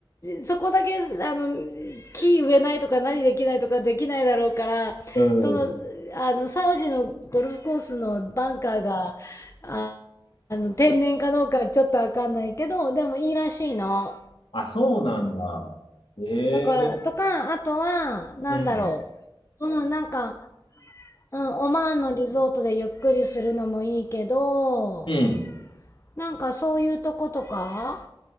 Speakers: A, on the left; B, on the left.
A: そこだけ、あの、木植えないとか何できないとかできないだろうから、
B: た。うん。
A: その、あの、サウジのゴルフコースのバンカーが、あ、あの、天然かどうかちょっとわかんないけど、でもいいらしいの。
B: あ、そうなんだ。ええ
A: だから、とか、あとは、なんだろ
B: うん。
A: う。うん、なんか、うん、オマーンのリゾートでゆっくりするのもいいけど、
B: うん。
A: なんかそういうとことか、